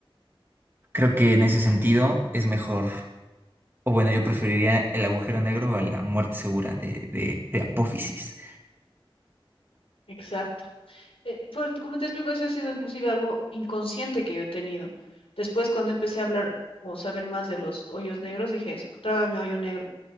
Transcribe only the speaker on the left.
exacto. Eh, pues, como te explico, eso ha sido inclusive algo inconsciente que yo he tenido. Después, cuando empecé a hablar o saber más de los hoyos negros, dije eso, trágame hoyo negro.